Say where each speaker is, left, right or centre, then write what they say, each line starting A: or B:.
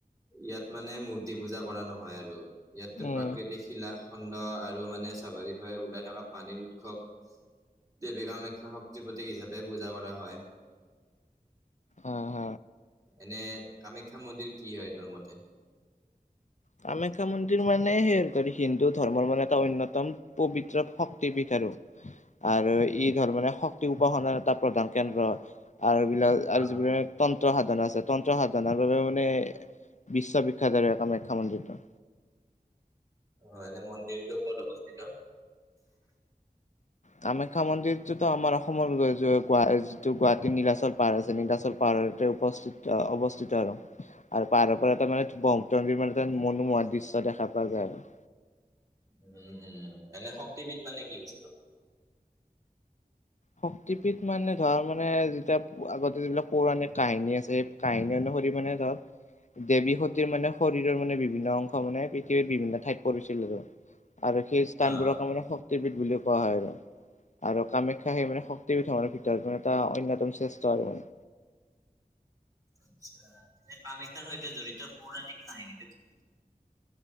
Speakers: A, on the right; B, on the left.
A: ইয়াত মানে মূৰ্তি পূজা কৰা নহয় আৰু ইয়াত
B: উম,
A: প্ৰাকৃতিক শিলা খণ্ড আৰু মানে চাবাৰি ঘই ওলাই থকা পানীৰ উৎসৱ দেৱী কামাখ্যাৰ শক্তিৰ প্ৰতীক হিচাপে পূজা কৰা হয়।
B: অ', হ।
A: এনে কামাখ্যা মন্দিৰ কি হয় তোৰ মতে?
B: কামাখ্যা মন্দিৰ মানে সেই ধৰ হিন্দু ধৰ্মৰ মানে এটা অন্যতম পবিত্ৰত শক্তিপীঠ আৰু। আৰু ই ধৰ মানে শক্তি উপাসনাৰ এটা প্ৰধান কেন্দ্ৰ আৰু এইবিলাক আৰু
A: অ
B: যিবিলাক তন্ত্ৰ সাধন আছে, তন্ত্ৰ সাধনৰ বাবে মানে বিশ্ববিখ্যাত আৰু এই কামাখ্যা মন্দিৰটো।
A: অ' এনে মন্দিৰটো ক'ত অৱস্থিত?
B: কামাখ্যা মন্দিৰটোতো আমাৰ অসমৰ যিটো গুৱাহাটীৰ নীলাচল পাহাৰ আছে, নীলাচল পাহাৰতে উপস্থিত, অৱস্থিত আৰু। আৰু পাহাৰৰপৰা এটা মানে ব্ৰহ্মপুত্ৰ নদীৰ মানে এটা মনোমোহা দৃশ্য দেখা পোৱা যায় আৰু।
A: উম, উম, এনে শক্তিপীঠ মানে কি বস্তু?
B: শক্তিপীঠ মানে ধৰ মানে যেতিয়া আগতে যিবিলাক পৌৰাণিক কাহিনী আছে কাহিনী অনুসৰি মানে ধৰ। দেৱী সতীৰ মানে শৰীৰৰ মানে বিভিন্ন অংশ মানে পৃথিৱীৰ বিভিন্ন ঠাইত পৰিছিল আৰু। আৰু সেই স্থানবোৰক
A: অ
B: তাৰমানে শক্তিপীঠ বুলি কোৱা হয় আৰু কামাখ্যা সেই মানে শক্তিপীঠ আমাৰ ভিতৰত মানে এটা অন্যতম শ্ৰেষ্ঠ আৰু মানে।
A: আচ্ছা। এ, কামাখ্যাৰ সৈতে জড়িত পৌৰাণিক কাহিনীটো কি?